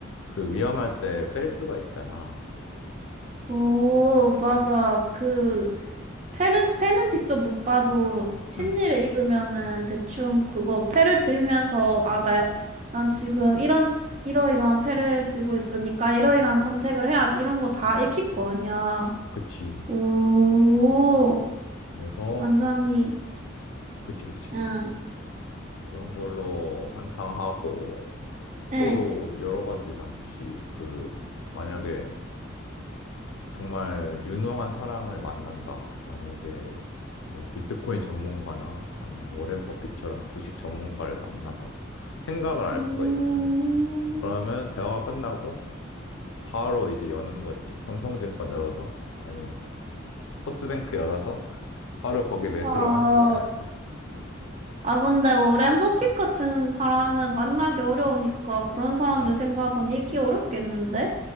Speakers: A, on the left; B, on the right.
A: 그 위험할 때 뺄 수가 있잖아.
B: 오, 맞아. 그, 패는, 패는 직접 못 봐도 심리를
A: 응.
B: 읽으면은 대충 그거 패를 들면서, 아, 나, 난 지금 이런, 이러이러한 패를 들고 있으니까 이러이러한 선택을 해야지. 이런 거 다 익힐 거 아니야.
A: 그치.
B: 오,
A: 그래서,
B: 완전히.
A: 그- 그치, 그치.
B: 응,
A: 그런 걸로 한탕하고,
B: 응.
A: 또 여러 가지 많지. 그, 만약에 정말 유능한 사람을 만난다. 만약에 뭐 비트코인 전문가나 아니면 워렌 버핏처럼 주식 전문가를 만나서 생각을 알
B: 음,
A: 수가 있으면 그러면 대화가 끝나고 바로 이제 여는 거지. 삼성증권 열어서 아니면 토스뱅크 열어서 바로 거기 매수를
B: 아,
A: 하는 거야.
B: 아, 근데 오랜 버핏 같은 사람은 만나기 어려우니까 그런 사람들
A: <laughs>
B: 생각은 읽기 어렵겠는데?